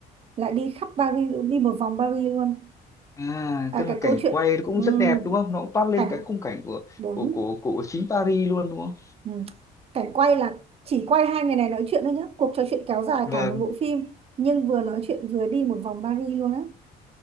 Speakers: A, on the right (about 35°); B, on the left (about 20°).
A: lại đi khắp Paris luôn, đi một vòng Paris luôn
B: à
A: à,
B: tức là
A: cái
B: cảnh
A: câu chuyện
B: quay nó cũng
A: ừm,
B: rất đẹp đúng không nó cũng toát lên
A: cảnh
B: cái khung cảnh của
A: đúng
B: của của của chính Paris luôn đúng không
A: ừm, cảnh quay là chỉ quay hai người này nói chuyện thôi nhá cuộc trò chuyện kéo dài
B: vâng
A: cả một bộ phim nhưng vừa nói chuyện vừa đi một vòng Paris luôn á